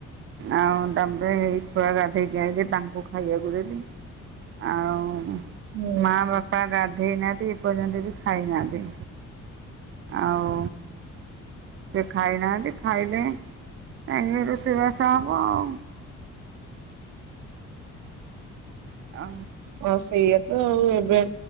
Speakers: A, on the right; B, on the right.
A: ଆଉ ତାପରେ ଏଇ ଛୁଆ ଗାଧେଇକି ଆାଇଲେ ତାଙ୍କୁ ଖାଇବାକୁ ଦେଲି। ଆଉ
B: ହୁଁ
A: ମା ବାପା ପା ଗାଧେଇ ନାହାନ୍ତି ଏପର୍ଯ୍ୟନ୍ତ ବି ଖାଇନାହାନ୍ତି ଆଉ। ସେ ଖାଇନାହାନ୍ତି ଖାଇଲେ ଆ ରୋଷେଇବାସ ହବ ଆଉ। ଆ
B: ହଁ ସେଇଆ ତ ଆଉ ଏବେ